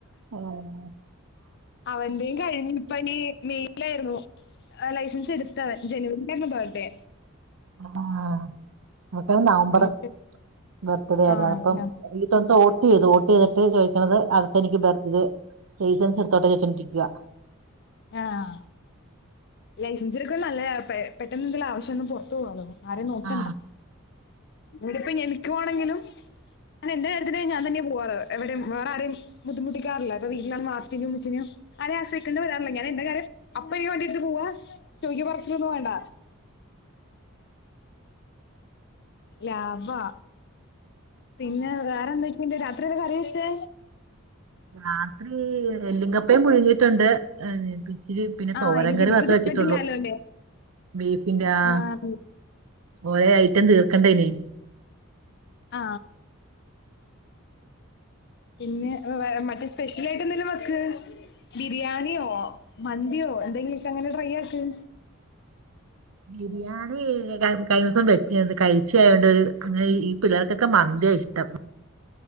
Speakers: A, on the right; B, on the left.
A: ഏ <unintelligible>
B: അവന്റേം കഴിഞ്ഞു <unintelligible> മെയ്യിൽ ആയിരുന്നു <unintelligible> ആ ലൈസൻസ് എടുത്തവൻ ജനുവരി <unintelligible> ബാർ <unintelligible> ഡേ
A: ആഹ് <unintelligible> ക്കെ നവംബർ
B: എന്നിട്ട്
A: ബർത്ത്ഡേ <unintelligible>
B: ആഹ്
A: ഇപ്പം
B: എല്ലാം
A: <unintelligible> <unintelligible> യ്ത് വോട്ട് ചെയ്തിട്ട് ചോദിക്കണത് അകത്തനിക്ക് <unintelligible> ലൈസൻസ് എടുത്ത <unintelligible> ക്കുവാ
B: ആഹ് ലൈസൻസ്ക്ക് <unintelligible> ന്നല്ലതാ പെട്ടെന്ന <unintelligible> ന്തേലു <unintelligible> ആവശ്യ വന് <unintelligible> പൊറ്ത്തോണതും പ ആരേ നോക്ണ്ടാ
A: ആ
B: ഇ <unintelligible> പ്പം എനിക്ക് വാണങ്കിലും <unintelligible> എന്റെ കാര്യത്തിന് ഞാൻ തന്നെപോവ്ണത് എവിടെം വേറെ ആരേം ബുദ്ധിമുട്ടിക്കാറില്ല പ്പ വീട്ടിലാമ്മ വാപ്പാച്ചിനേം ഉമ്മച്ചിനേം <unintelligible> അല്ല ഞാൻ എന്റെ കാര്യം അപ്പ ഈ വണ്ടിയെടുത്തു പോവാ ചോയ്ക്ക പറിച്ചിലൊന്നും വാണ്ട. ലാഭാ പിന്നെ വേറെന്തൊക് പിന്നെ രാത്രി എന്താ കറി വെച്ചേ?
A: രാത്രി എല്ലിംഗപ് കപ്പേം പുഴുങ്ങിട്ടുണ്ട്. ഇത് പിന്നെ
B: ആഹ്
A: തോരൻ
B: ഇനി
A: കറി
B: ബീഫ്
A: മാത്ര
B: തിന്നിട്ടില്ലാലോ
A: വെച്ചിട്ടുള്ളു,
B: അല്ലേ
A: ബീഫിന്റെ ആ
B: ആഹ് ബീഫ്
A: ഓയെ ഐറ്റം തീർക്കണ്ടെ ഇനി
B: ആ പിന്നെ മറ്റ് സ്പെഷ്യൽ ആയിട്ട് എന്തെലും വെക്ക്. ബിരിയാണിയോ മന്തിയോ എന്തെങ്കില് നിക്ക് അങ്ങനെ ട്രൈ ആക്ക്.
A: ബിരിയാണി കഴിഞ്ഞ ദിവസം വെച്ച കഴിച്ച ആയൊണ്ട് ഒരു അങ്ങനെ ഈ പിള്ളേർക്കൊക്കെ മന്തി ആ ഇഷ്ടം.